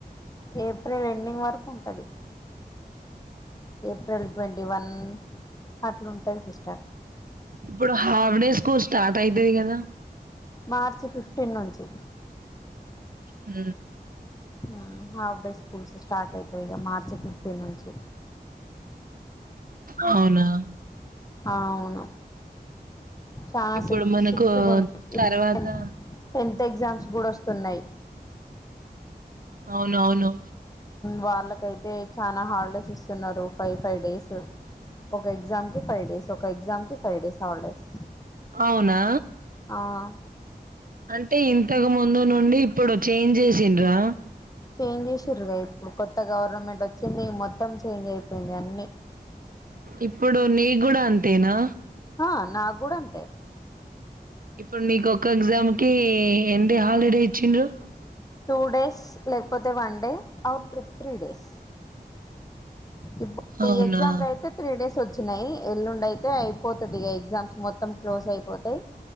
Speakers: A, on the left; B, on the right.
A: ఏప్రిల్ ఎండింగ్ వరుకు ఉంటది. ఏప్రిల్ ట్వంటి వన్ అట్లుంటాయి. సిస్టర్
B: ఇప్పుడు హావడే స్కూల్ స్టార్ట్ అయితాయి కదా.
A: మార్చ ఫిఫ్టీన్ నుంచి
B: ఊ
A: ఆహ్ హాఫ్ డే స్కూల్స్ స్టార్ట్ అయితాయి ఇంకా మార్చ్ ఫిఫ్టీన్ నుంచి.
B: అవునా.
A: ఆహ్ అవును. చాలా
B: ఇప్పుడు
A: సిక్స్
B: మనకు
A: స్ట్రిక్ట్గా ఉన్నాయి ఇప్పుడు
B: తర్వాత. ఆహ్
A: టెన్త్ ఎగ్జామ్స్ కూడా వస్తున్నాయి.
B: అవును అవును.
A: వాళ్ళకైతే చనా హాలిడేస్ ఇస్తున్నారు. ఫైవ్ ఫైవ్ డేస్ ఒక్ ఒక ఎగ్జామ్ కి ఫైవ్డేస్ ఒక ఎగ్జామ్ కి ఫైవ్ డేస్ హాలిడేస్.
B: అవునా.
A: ఆహ్
B: అంటే ఇంతకు ముందు నుండి. ఇప్పుడు చేంజ్ చేసిండ్రా.
A: చేంజ్ చేసింన్రుగా ఇప్పుడు కొత్త గవర్నమెంట్ వచ్చింది మొత్తం చేంజ్ అయిపోయింది అన్ని
B: ఇప్పుడు నీకు కూడా అంతేనా.
A: ఆహ్ నాకు కూడా అంతే.
B: ఇప్పుడు నీకు ఒక్క ఎగ్జామ్కి ఎన్ని హాలిడేస్ ఇచ్చిండ్రు.
A: టూ డేస్ లేకపోతే one day or three three days. ఇప్పుడు
B: అవునా
A: ఈ ఎక్జామ్ కైతే త్రీ డేస్ వచ్ వచ్చినాయి ఎల్లుండి అయితే అయిపోతది ఇక ఎగ్జామ్స్ మొత్తం క్లోజ్ అయిపోతాయి.